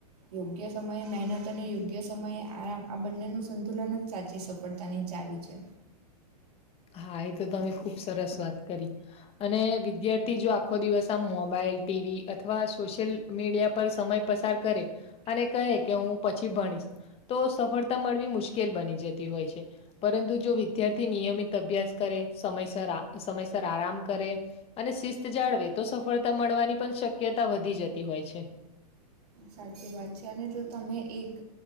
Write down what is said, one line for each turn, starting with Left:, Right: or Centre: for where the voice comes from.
Right: યોગ્ય સમયે મહેનત અને યોગ્ય સમયે આરામ, આ બંનેનું સંતુલન જ સાચી સફળતાની ચાવી છે.
Left: હા, એ તો તમે ખુબ સરસ વાત કરી. અને વિદ્યાર્થી જો આખો દિવસ આ મોબાઈલ, ટીવી અથવા સોશિયલ મીડિયા પર સમય પસાર કરે અને કહે કે હું પછી ભણીશ તો સફળતા મળવી મુશ્કેલ બની જતી હોય છે, પરંતુ જો વિદ્યાર્થી નિયમિત અભ્યાસ કરે, સમયસર આ સમયસર આરામ કરે. અને શિસ્ત જાળવે તો સફળતા મળવાની પણ શક્યતા વધી જતી હોય છે.
Right: સાચી વાત છે અને જો તમે એક